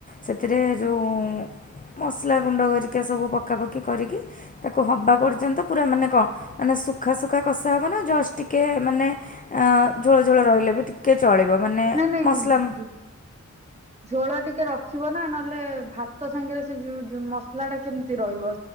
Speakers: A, on the left; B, on the right.
A: ସେଥିରେ ଯୋଉ ମସଲା ଗୁଣ୍ଡ ହରିକା ସବୁ ପକାପକି କରିକି ତାକୁ ହବା ପର୍ଯ୍ୟନ୍ତ ପୁରା ମାନେ କଣ ମାନେ ସୁଖା ସୁୁଖା କଷା ହବ ନା ଜଷ୍ଟ ଟିକେ ମାନେ ଝୋଳ ଝୋଳ ରହିଲେ ବି ଟିକେ ଚଳିବ। ମାନେ
B: ନାଇଁ ନାଇଁ
A: ମସଲା
B: ଝୋଳ ଟିକେ ରଖିବ ନା ନହେଲେ ଭାତ ସାଙ୍ଗରେ ସେ ମସଲା ଟା କେମିତି ରହିବ।